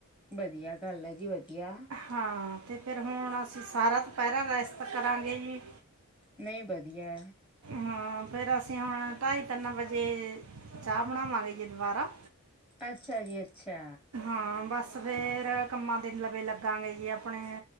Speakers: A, in the centre; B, on the right.
A: ਵਧੀਆ ਗੱਲ ਹੈ ਜੀ ਵਧੀਆ
B: ਹਾਂ ਤੇ ਫਿਰ ਹੁਣ ਅਸੀਂ ਸਾਰਾ ਦੁਪੈਰਾ ਰੇਸ਼ਤ ਕਰਾਂਗੇ ਜੀ।
A: ਨਈ ਵਧੀਆ
B: ਹਾਂ ਫਿਰ ਅਸੀਂ ਹੁਣ ਢਾਈ ਤਿੰਨ ਵਜੇ ਚਾਹ ਬਣਾਵਾਂਗੇ ਜੀ ਦੁਬਾਰਾ
A: ਅੱਛਾ ਜੀ ਅੱਛਾ
B: ਹਾਂ ਬਸ ਸਵੇਰ ਕੰਮਾਂ ਤਿੰਨ ਲੱਵੇੇ ਲੱਗਾਂਗੇ ਜੀ ਆਪਣੇ।